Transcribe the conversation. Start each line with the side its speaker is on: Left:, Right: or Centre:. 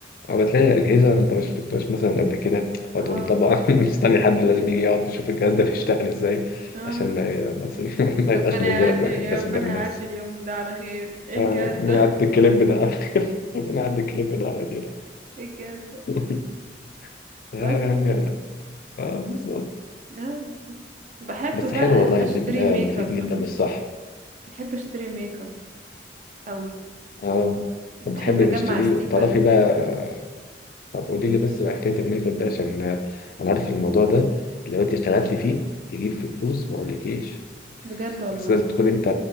Left: او تلاقي اجهزه انت ما شفتهاش مثلا قبل كده فتقوم
Right: اه
Left: طبعا <laughs> مستني حد لازم يجي يقعد يشوف الجهاز ده بيشتغل ازاي
Right: اه
Left: عشان ما ي- بس <laughs> ما يبقاش
Right: ربنا
Left: منظرك
Right: يعدي
Left: وحش
Right: يا
Left: بس
Right: ربنا
Left: قدام الناس
Right: يعدي اليوم ده على خير ايه
Left: آه،
Right: الجهاز
Left: بنعدي
Right: ده
Left: الكليب ده على خير <laughs> بنعدي الكليب ده على خير
Right: <laughs> ايه الجهاز ده
Left: <laughs>
Right: بس
Left: آه، يعني اه بالظبط
Right: اه بالظبط بحب
Left: بس
Right: بقى
Left: حلو والله
Right: اشتري
Left: الجيم ده
Right: ميك
Left: مفيد
Right: اب
Left: جدا للصحه
Right: بحب اشتري ميك اب قوي
Left: اه
Right: بحب
Left: طب بتحب
Right: اجمع
Left: تشتريه
Right: ستيكر
Left: وتعرفي بقى طب قولي لي بس بقى حكاية الميك اب ده عشان آه، أنا عارف الموضوع ده لو أنت اشتغلت فيه يجيب فلوس ما أقولكيش
Right: بجد والله
Left: بس لازم تكون أنت